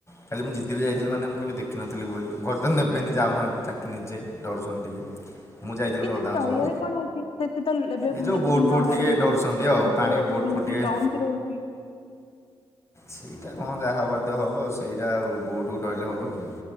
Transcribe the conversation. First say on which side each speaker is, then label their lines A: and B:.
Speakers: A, on the left; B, on the left.
A: ଖାଲି ମୁଁ ଜିଦିରେ ଯାଇଥିଲି ମାନେ ମୁଁ କେବେ ଦେଖିନଥିଲି ବୋଲି। ଘରେ ତ ନେବେନି ଯାଉନାହାନ୍ତି ନିଜେ ଡରୁଛନ୍ତି ଟିକେ। ମୁଁ ଯାଇଥିଲି
B: କିନ୍ତୁ
A: ମୋ ଦାଦାଙ୍କ
B: ଡରିବାରେ
A: ସହ
B: କଣ ଅଛି। ସେଠି ତ ଏବେ
A: ଏ ଯେଉଁ
B: ମେସିନ
A: ବୋଟ୍ ଫୋଟ୍
B: ଡଙ୍ଗା
A: ଟିକେ
B: ରହୁଛି
A: ଡରୁଛନ୍ତି ଆଉ ପାଣି
B: ବୋଟ
A: ବୋଟ୍
B: ରହୁ
A: ଫୋଟ୍ ଟିକେ
B: ଚି। ଲଞ୍ଚ ରହୁଛି।
A: ସେଇଟା କଣ ଯାହା ହେବାର ଥିବ ହବ। ସେଇଟା ଆଉ ବୋଟକୁ ଡରିଲେ ହବ କି।